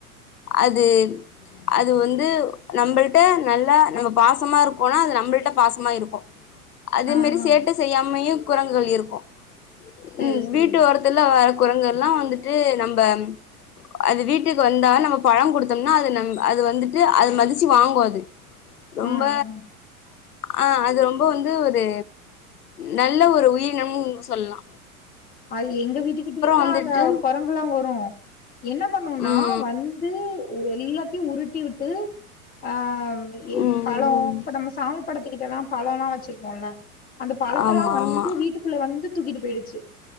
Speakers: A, on the left; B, on the left.
A: அது அது வந்து நம்புள்ட்ட நல்லா நம்ம பாசமா இருக்கோனா அது நம்புள்ட்ட பாசமா இருக்கு அதே
B: ஆ
A: மேரி
B: ஆ
A: சேட்ட செய்யாமையு குரங்குகள் இருக்கு
B: சரி
A: ம்
B: சரி
A: வீட்டு ஒரத் துல வர குரங்கு எல்லா வந்துட்டு நம்ம அது வீட்டுக்கு வந்தா நம்ம பழ குடுத்தோம்னா அது நம் அது வந்துட்டு அது மதிச்சு வாங்கு அது ரொம்ப
B: ஆ ஆ
A: ஆ அது ரொம்ப வந்து ஒரு நல்ல ஒரு உயிரினம் சொல்லா
B: அது எங்க வீட்டுகிட்டயுந்தா
A: வந்துட்டு
B: அந்த கொர ங்குலா வரு என்ன பண்ணுன்னா
A: ம்
B: வந்து எல்லாத்தையு உருட்டி விட்டு ஆ‌ ம்‌ எ
A: ம் ம் ம்
B: பழோ‌
A: ம்
B: இப்ப நம்ம சாமி படத்துக்கிட்டல்லா பழொ‌ல்லா வச்சிருப்போல்ல அந்த பழத்தல்லா‌
A: ஆமா
B: வந்து
A: ஆமா
B: வீட்டுக்குள்ள வந்து தூக்கிட்டு போயிடுச்சு